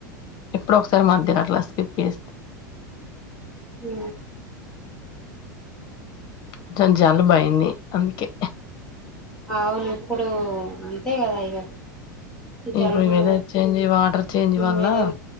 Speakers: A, on the left; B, in the centre.
A: ఎప్పుడు ఒకసారి మధ్యన అట్లా స్కిప్ చేస్
B: ఉ
A: కొంచెం జలుబయింది అందుకే
B: అవును ఇప్పుడు అంతే కదా ఇగ జలుబులు
A: ఇప్పుడు ఈ వెదర్ చేంజ్ వాటర్ చేంజ్ వల్ల
B: వెదర్